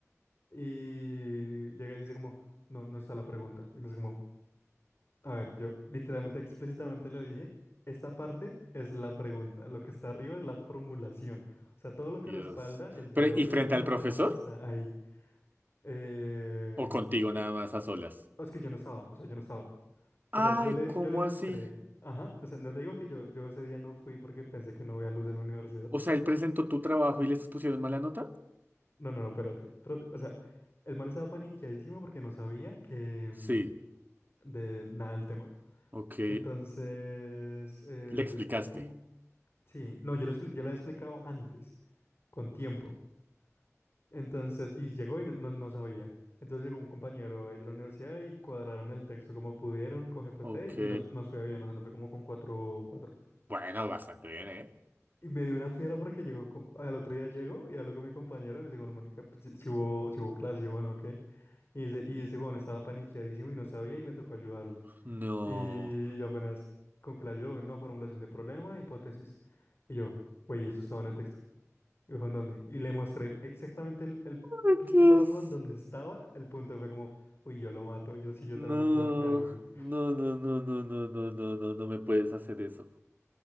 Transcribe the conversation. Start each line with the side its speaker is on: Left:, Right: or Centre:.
Left: Y llega y dice como, no, no está la pregunta. Y no sé como, a ver, yo literalmente explícitamente le dije, esta parte es la pregunta, lo que está arriba es la formulación. O sea, todo lo que
Right: Dios.
Left: respalda el de
Right: Pero,
Left: dónde
Right: ¿y frente
Left: viene
Right: al
Left: la
Right: profesor?
Left: pregunta está ahí. Em,
Right: ¿O contigo nada más a solas?
Left: es que yo no estaba, o sea, yo no estaba.
Right: Ay,
Left: O sea, yo le,
Right: ¿cómo
Left: yo le mostré,
Right: así?
Left: ajá, o sea, no te digo que yo, yo ese día no fui porque pensé que no veía luz en la universidad.
Right: O sea, él presentó tu trabajo y les pusieron mala nota?
Left: No, no, no, espérate, espérate. O sea, el man estaba paniqueadísimo porque no sabía que em,
Right: Sí,
Left: de nada el tema.
Right: ok.
Left: Entonces, eh,
Right: Le explicaste.
Left: un- sí, no, yo le, expli- yo le había explicado antes, con tiempo. Entonces, y llegó y no, no, no sabía. Entonces llegó un compañero ahí de la universidad y cuadraron el texto como pudieron con GPT
Right: Ok.
Left: y nos, nos fue bien, o sea, nos fue como con 4 cuatro
Right: Bueno, bastante bien, ¿eh?
Left: Y me dio una fiera porque llegó, co- al otro día llegó y habló con mi compañero y me dice, bueno, Mónica, pues, si, si hubo, si hubo clase, yo, bueno, ok. Y dice, y ese, bueno, estaba paniqueadísimo y no sabía y me tocó ayudarle.
Right: No.
Left: Y yo apenas con que la ayudo, no, formulación de problema, hipótesis. Y yo, güey, eso estaba en el texto. Y dijo, ¿en dónde? Y le mostré exactamente el, el
Right: Entonces,
Left: pinche párrafo en donde estaba. El punto y fue como, uy, yo lo mato. Y yo sí, yo
Right: No,
Left: también lo quiero ahorcar, güey.
Right: no, no, no, no, no, no, no, no, no me puedes hacer eso.